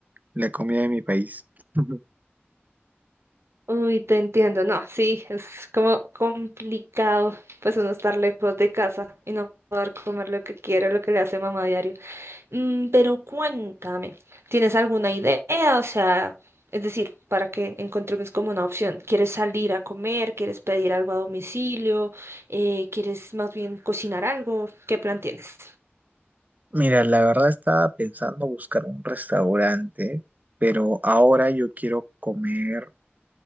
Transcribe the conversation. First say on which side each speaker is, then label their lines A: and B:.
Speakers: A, on the right (about 40°); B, on the right (about 75°).
A: la comida de mi país. <laughs>
B: Uy, te entiendo. No, sí, es como complicado pues uno estar lejos de casa y no poder comer lo que quiere, lo que le hace mamá diario. Mm, pero cuéntame, ¿tienes alguna idea? O sea, es decir, para que encontremos como una opción. ¿Quieres salir a comer? ¿Quieres pedir algo a domicilio? Eh, ¿quieres más bien cocinar algo? ¿Qué plan tienes?
A: Mira, la verdad estaba pensando buscar un restaurante, pero ahora yo quiero comer